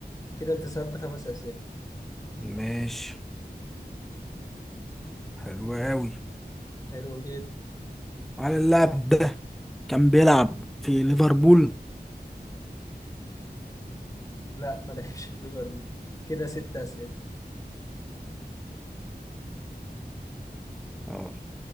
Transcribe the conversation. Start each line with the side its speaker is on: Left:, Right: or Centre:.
Left: كده انت سألت خمس اسئلة
Centre: مش حلو أوي
Left: حلو جدا
Centre: هل اللاعب ده كان بيلعب في ليفربول؟
Left: لا ما لعبش في ليفربول كده ست اسئلة
Centre: اه